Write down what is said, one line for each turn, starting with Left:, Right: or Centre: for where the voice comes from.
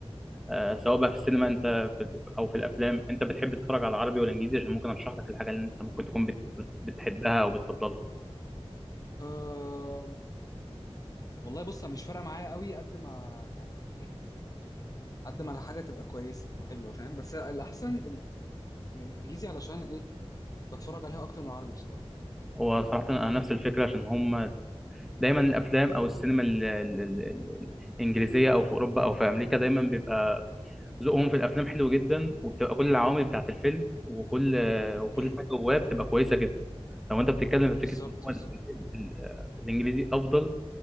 Centre: آه، سواء بقى في السينما انت في... ال- او في الافلام انت بتحب تتفرج على عربي ولا انجليزي عشان ممكن ارشح لك الحاجه اللي انت ممكن تكون بت... بت... بتحبها او بتفضلها
Left: آه والله بص أنا مش فارقة معايا قوي قد ما يعني ايه قد ما الحاجة تبقى كويسة وحلوة فاهم بس الاحسن ال- الانجليزي علشان ايه بتفرج عليها اكتر من العربي بصراحة
Centre: هو صراحه انا نفس الفكره عشان هم دايما الافلام او السينما ال... ال... ال... ال- الانجليزيه او في اوروبا او في امريكا دايما بيبقى ذوقهم في الافلام حلو جدا وبتبقى كل العوامل بتاعه الفيلم وكل وكل
Left: امم
Centre: حاجه جواه بتبقى كويسه جدا لو انت بتتكلم في
Left: بالظبط
Centre: فكره إن هو
Left: بالظبط
Centre: ال- ال- ال- الانجليزي افضل